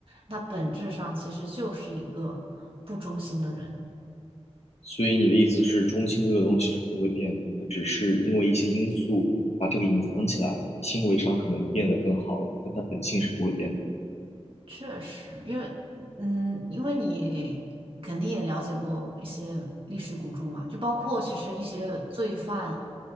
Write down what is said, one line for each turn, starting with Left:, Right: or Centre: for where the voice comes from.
Right: 他本质上其实就是一个不忠心的人。
Left: 所以你的意思是，中性这个东西是不会变的，它只是因为一些因素把这个隐藏起来，行为上可能变得更好了，但它本性是不会变的。
Right: 确实，因为嗯，因为你肯定也了解过一些历史古著嘛，就包括其实一些罪犯，